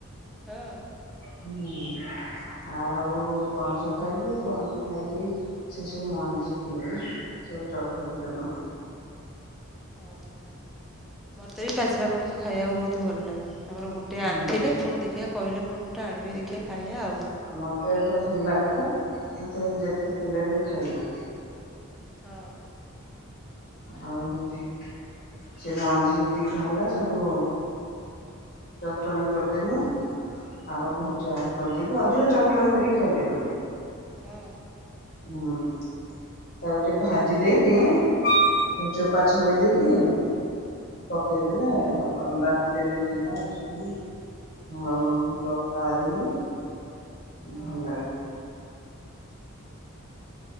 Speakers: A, in the centre; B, on the left.
A: ହଁ
B: ହୁଁ ଆଉ ପଣସ ଖାଇଲୁ ପଣସ ଖାଇକି ସେସବୁ ମଞ୍ଜିକି ସବୁ ଚଟଣୀ କରିନୁ।
A: ଉଁ ହୁଁ ମତେବି ପାଚିଲା ପଣସ ଖାଇବାକୁ ବହୁତ୍ ଭଲ ଲାଗେ ଆମର ଗୋଟେ ଗୋଟେ
B: ହୁଁ
A: ଆଣିଥିଲେ ପୁଣି ଦେଖିବା କହିଲେ ପୁଣି ଗୋଟେ ଆଣିବି ଦେଖିବା ଖାଇବା ଆଉ।
B: ଆଉ ମତେତ ଭଲ ଲାଗେପା ମତେ ଯେତେ ଦେଲେବି ଖାଇବି।
A: ହଁ।
B: ଆଉ ହଉଛି ସେ ମଞ୍ଜି ଯେତିକି ବାହାରିଲା ସବୁ। ଉଁ ଚଟଣି କରିଦେନୁ। ଆଉ ଭଜା କରିଦେଇକି ଅଧିକ ଚଟଣୀ କରିକି ଖାଇଦେଲୁ।
A: ହୁଁ।
B: ହୁଁ। ତାକୁ ଟିକେ ଭାଜି ଦେଇକି ଯୋଉ ଚୋପା ଛଡେଇ ଦେଇକି। ପକେଇ ଦେଲେ ହବ ଆଉ ବାଟି ଦେଲେ ଜିରା ରସୁଣ। ଆଉ
A: ହଁ
B: ଲଙ୍କା ଦେଇକି
A: ହଁ।
B: ଭଲ ଲାଗେ।